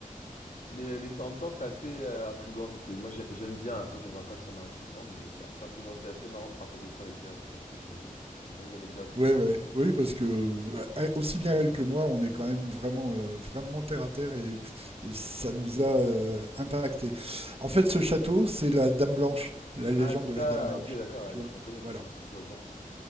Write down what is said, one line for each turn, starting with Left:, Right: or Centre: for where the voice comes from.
Left: mais, mais c'est- en même temps, c'est assez euh, intriguant ces trucs. Moi, j'ai- j'aime bien. Après, j'aimerais pas que ça m'arrive tout le temps, mais c'est assez intriguant. C'est assez marrant de partager ça avec, ça avec ta fille, j'imagine. Des bonnes anecdotes.
Right: Ouais, ouais, oui, parce que euh, elle- aussi bien elle que moi, on est quand même vraiment, euh, vraiment terre à terre et, et ça nous a euh, impacté. En fait, ce château, c'est la Dame Blanche, la légende
Left: Ah, c'est ça.
Right: de la Dame Blanche,
Left: Ok, d'accord. Elle
Right: tu vois.
Left: est bien connue, ça.
Right: Voilà,
Left: Je vois bien.